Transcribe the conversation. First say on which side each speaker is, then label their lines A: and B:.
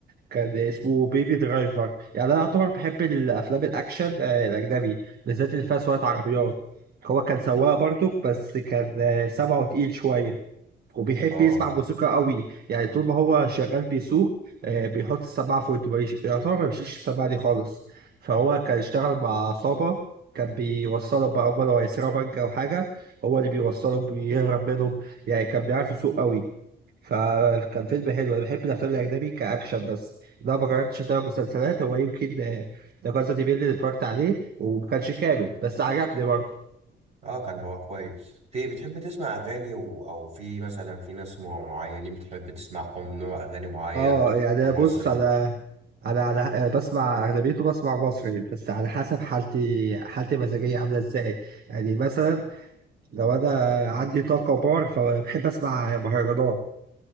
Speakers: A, on the right; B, on the right.
A: كان اسمه بيبي درايفر يعني انا اعتبر بحب الافلام الاكشن آه، الاجنبي بالذات اللي فيها سواقة عربيات هو كان سواق برضه بس كان آه، سمعه تقيل شويه وبيحب
B: اه
A: يسمع
B: فاهم
A: موسيقى قوي يعني طول ما هو شغال بيسوق آه، بيحط السماعه في ودنه مبيش- يعتبر ما بيشيلش السماعه دي خالص فهو كان اشتغل مع عصابه كان بيوصله بقى هم لو هيسرقوا بنك او حاجه هو اللي بيوصله بيهرب منهم يعني كان بيعرف يسوق قوي فكان فيلم حلو انا بحب الافلام الاجنبي كاكشن بس لا ما جربتش اتابع مسلسلات هو يمكن آه، لا كاسا دي بيل اللي اتفرجت عليه وما كانش كامل بس عجبني برضه
B: اه كان هو كويس في بتحب تسمع اغاني و... او في مثلا في ناس معينين بتحب تسمعهم نوع اغاني معين
A: اه يعني
B: في
A: أنا
B: مصر
A: بص انا انا على أنا بسمع اغلبيته بسمع مصري بس على حسب حالتي حالتي المزاجيه عامله ازاي يعني مثلا لو انا عندي طاقه بار فبحب اسمع مهرجانات